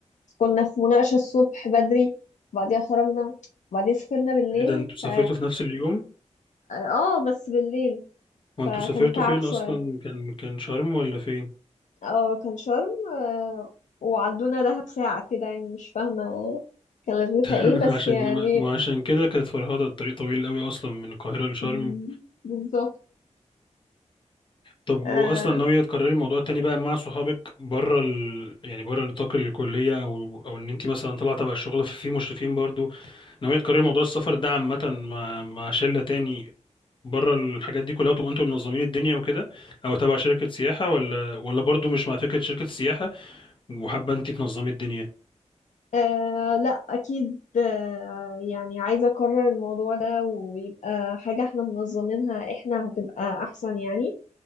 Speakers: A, on the left (about 75°); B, on the left (about 40°).
A: كنا في مناقشة الصبح بدري وبعديها خرجنا وبعديها سافرنا بالليل
B: ايه ده انتوا سافرتوا
A: ف
B: في نفس اليوم
A: اه بس بالليل
B: وانتوا
A: فكان
B: سافرتوا
A: تعب
B: فين
A: شوية
B: اصلا كان كان شرم ولا فين
A: اه كان شرم آه، وعدونا دهب ساعة كده يعني مش فاهمة كان لازمتها
B: <laughs>
A: ايه بس
B: عشان
A: يعني
B: ما عشان كده كانت فرهدة الطريق طويل قوي اصلا من القاهرة لشرم
A: مم، بالظبط
B: طب واصلا
A: آه
B: ناوية تكرري الموضوع تاني بقى مع صحابك بره ال... يعني بره نطاق الكلية او او ان انت مثلا طالعة تبع الشغل ففي مشرفين برضو ناوية تكرري موضوع السفر ده عامة مع مع شلة تاني بره الحاجات دي كلها وتبقوا انتوا منظمين الدنيا وكده او تبع شركة سياحة ولا ولا برضو مش مع فكرة شركة السياحة وحابة انت تنظمي الدنيا
A: آه لا أكيد آه يعني عايزة أكرر الموضوع ده ويبقى حاجة احنا منظمينها احنا هتبقى أحسن يعني